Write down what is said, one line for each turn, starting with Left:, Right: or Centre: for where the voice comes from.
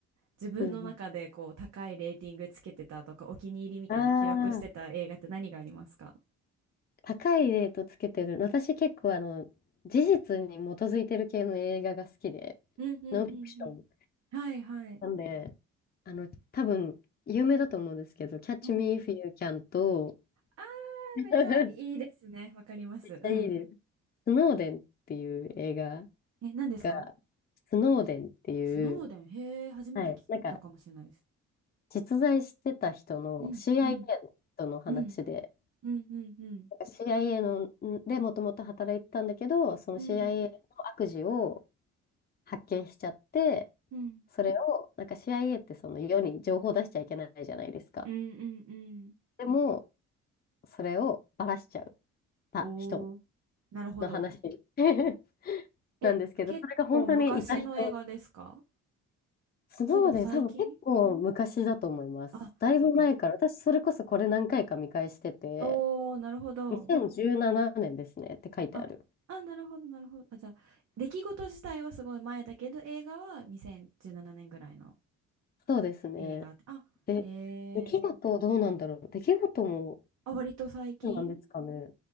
Right: 自分の中でこう高いレーティングつけてたとかお気に入りみたいな記録してた映画って何がありますか
Left: うんうん、ああ。高いレートつけてる。私結構あの、事実に基づいてる系の映画が好きで、
Right: うんうんうんうん。
Left: ノンフィクション。
Right: はいはい。
Left: なんで、あの、多分、有名だと思うんですけど、Catch
Right: うん
Left: Me If You Can と、
Right: あ
Left: <laughs>
Right: ー、めっちゃいいですね。わかります。
Left: めっちゃいいです。
Right: うん。
Left: スノーデンっていう映画
Right: え、何ですか
Left: が、スノーデンっていう、
Right: スノーデン。へえ、初めて聞いたかもしれないです。
Left: はい、なんか、実在してた人の
Right: うん、
Left: CIA
Right: うん、
Left: の人の話で、
Right: うん、うん、うん、うん、
Left: なんか CIA の、んでもともと働いてたんだけど、その
Right: うん、
Left: CIA の悪事を、発見しちゃって、
Right: うん、
Left: それを、なんか CIA ってその世に情報出しちゃいけないじゃないですか。
Right: うん、うんうん。
Left: でも、それをばらしちゃった人
Right: おー、なるほど。
Left: の話 <laughs>
Right: え、
Left: なんですけど、
Right: 結構昔の映画ですか
Left: それが本当にいた人。スノーデン多分結構昔だと思います。
Right: それとも最近あ、
Left: だいぶ前から、
Right: そうか。
Left: 私それこそこれ何回か見返してて、
Right: おー、なるほど。
Left: 2017年ですねって書いてある。
Right: あ、あ、なるほど、なるほど。あ、じゃあ、出来事自体はすごい前だけど、映画は2017年ぐらいの
Left: そうですね。
Right: 映画。あ、
Left: で、
Right: へえ
Left: 出来事どうなんだろう。出来事も
Right: あ、割と最近
Left: そうなんですかね。